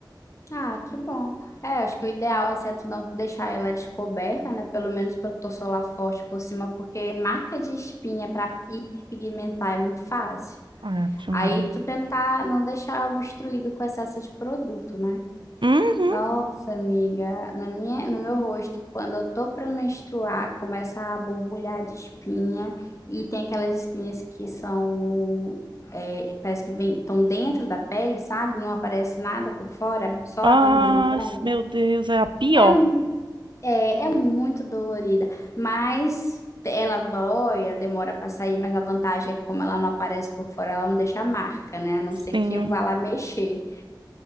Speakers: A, on the left (about 40°); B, on the right (about 80°).
A: Ah, que bom. É, acho que o ideal assim, é tu não deixar ela descoberta, né? Pelo menos protetor solar forte por cima, porque marca de espinha para hiperpigmentar é muito fácil.
B: Ave Maria.
A: Aí tu tentar não deixar obstruído com excesso de produto, né?
B: Uhum.
A: Nossa, amiga, na minha, no meu rosto, quando eu tô pra menstruar, começa a borbulhar de espinha e tem aquelas espinhas que são, é, parece que vem, estão dentro da pele, sabe? Não aparece nada por fora, só
B: Ai,
A: a vermelhidão.
B: meu Deus, é a pior.
A: É, mu- é, é muito dolorida, mas ela dói, ela demora pra sair, mas a vantagem é que como ela não aparece por fora, ela não deixa marca, né? A não ser
B: Sim,
A: que eu vá lá mexer.